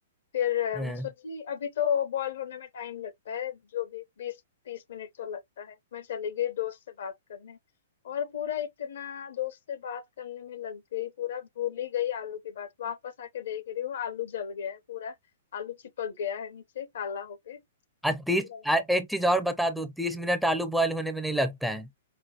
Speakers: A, on the left; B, in the centre.
A: फिर अ,
B: हाँ,
A: मैं सोची अभी तो बॉयल होने में टाइम लगता है जो भी बीस तीस मिनट तो लगता है मैं चली गई दोस्त से बात करने और पूरा इतना दोस्त से बात करने में लग गई पूरा भूल ही गई आलू की बात वापस आके देख रही हूँ आलू जल गया है पूरा आलू चिपक गया है नीचे काला होके
B: और
A: पूरा
B: तीस और एक चीज और बता दूं तीस मिनट आलू बॉयल होने में नहीं लगता है